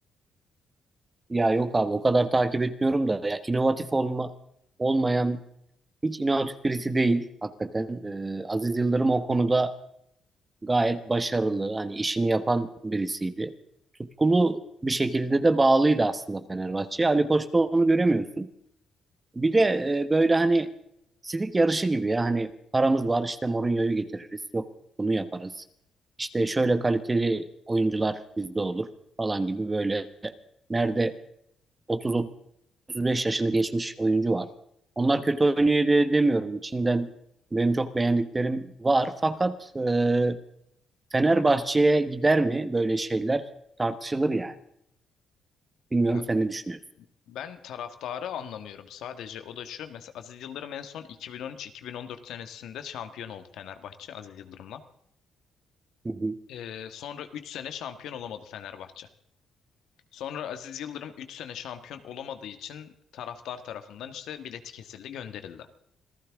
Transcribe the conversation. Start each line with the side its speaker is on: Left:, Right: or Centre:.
Right: Ya yok abi o kadar takip etmiyorum da ya inovatif olma olmayan hiç inovatif birisi değil hakikaten. Ee, Aziz Yıldırım o konuda gayet başarılı. Hani işini yapan birisiydi. Tutkulu bir şekilde de bağlıydı aslında Fenerbahçe'ye. Ali Koç'ta onu göremiyorsun. Bir de e, böyle hani sidik yarışı gibi ya hani paramız var işte Mourinho'yu getiririz yok bunu yaparız. İşte şöyle kaliteli oyuncular bizde olur falan gibi böyle nerede 30-35 yaşını geçmiş oyuncu var. Onlar kötü oynuyor diye demiyorum. İçinden benim çok beğendiklerim var. Fakat e, Fenerbahçe'ye gider mi böyle şeyler tartışılır yani. Bilmiyorum
Left: Ya
Right: sen ne düşünüyorsun?
Left: ben taraftarı anlamıyorum sadece o da şu mesela Aziz Yıldırım en son 2013-2014 senesinde şampiyon oldu Fenerbahçe Aziz Yıldırım'la.
Right: Hı hı.
Left: Ee, sonra 3 sene şampiyon olamadı Fenerbahçe. Sonra Aziz Yıldırım 3 sene şampiyon olamadığı için taraftar tarafından işte bileti kesildi, gönderildi.